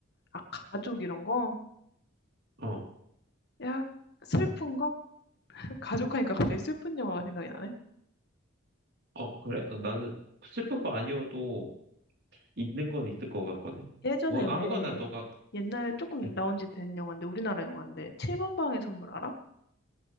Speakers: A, on the left (about 55°); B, on the right (about 55°).
A: 아 가족 이런 거?
B: 어,
A: 약 슬픈 거? <laughs> 가족하니까 갑자기 슬픈 영화가 생각이 나네.
B: 어, 그래? 어, 나는 슬픈 거 아니어도 있는 건 있을 것 같거든?
A: 예전에
B: 뭐, 아무거나
A: 왜
B: 너가,
A: 옛날 조금
B: 응.
A: 나온 지 된 영화인데 우리나라 영화인데 7번 방의 선물 알아?